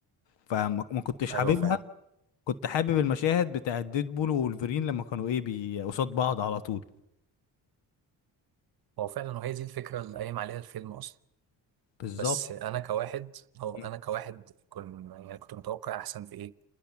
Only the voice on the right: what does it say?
أيوه
فعلا
هو فعلا وهي دي الفكرة اللي قايم عليها الفيلم أصلا
بس أنا كواحد أو
أنا كواحد كنت يعني كنت متوقع أحسن في إيه